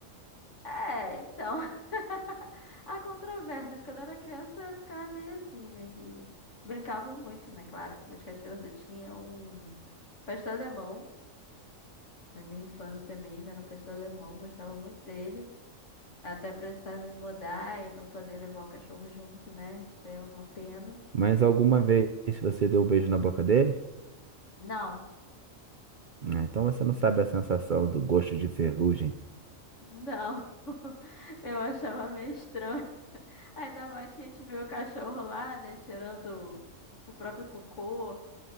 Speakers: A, on the left; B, on the right.
A: É, então. <laughs> Há controvérsias. Quando eu era criança, eu ficava meio assim, né? De... Brincava muito, né? Claro, com meus cachorros. Eu tinha um pastor alemão. Na minha infância mesmo, era um pastor alemão. Gostava muito dele. Até precisar me mudar e não poder levar o cachorro junto, né? Isso deu uma pena.
B: Mas alguma vez você deu um beijo na boca dele?
A: Não,
B: Ah, Então você não sabe a sensação do gosto de ferrugem.
A: não. <laughs> Eu achava meio estranho. Ainda mais que a gente vê o cachorro lá, né? Cheirando o próprio cocô.